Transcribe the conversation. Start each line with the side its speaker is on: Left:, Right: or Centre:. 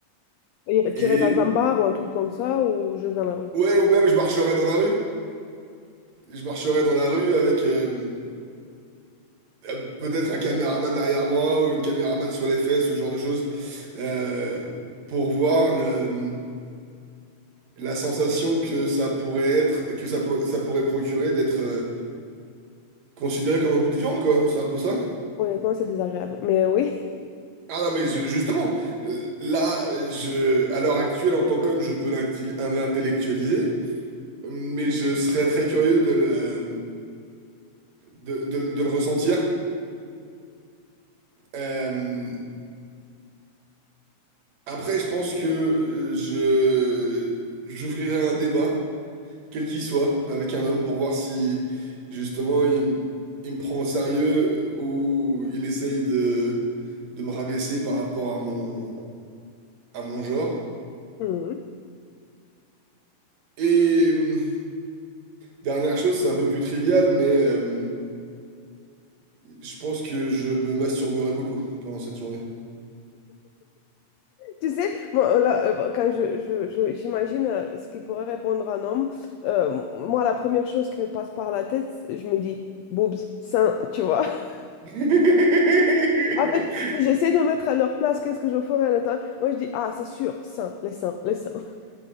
Left: tu
Right: Et
Left: irais dans un bar ou un truc comme ça ou juste dans la rue?
Right: ouais, ou même je marcherais dans la rue. Je marcherais dans la rue avec euh, euh, peut-être un caméraman derrière moi ou une caméraman sur les fesses, ce genre de choses, euh, pour voir le, la sensation que ça pourrait être, que ça, pour- ça pourrait procurer d'être euh, considéré comme un bout de viande, quoi. C'est un peu ça.
Left: Honnêtement, c'est désagréable, mais oui.
Right: Ah non, mais je- justement, euh, là, je, à l'heure actuelle, en tant qu'homme, je peux l'inti- l'intellectualiser, mais je serais très curieux de le, de, de- de le ressentir. Euh, après, je pense que euh, je, j'ouvrirai un débat quel qu'il soit, avec un homme pour voir si justement il, m- il me prend au sérieux ou il essaye de, de me rabaisser par rapport à mon, à mon genre.
Left: <laughs>
Right: Et hum, dernière chose, c'est un peu plus trivial, mais euh, je pense que je me masturberai beaucoup pendant cette journée.
Left: Tu sais, moi, euh, là, euh, bah, quand je, je- je- j'imagine euh, ce qu'il pourrait répondre un homme, euh, moi, la première chose qui me passe par la tête, c'est- je me dis, boobs, seins, tu vois. <laughs>
Right: <laughs>
Left: En fait, si j'essaie de me mettre à leur place, qu'est-ce que je ferais à l'intérieur? Moi, je dis, ah, c'est sûr, seins, les seins, les seins. <laughs>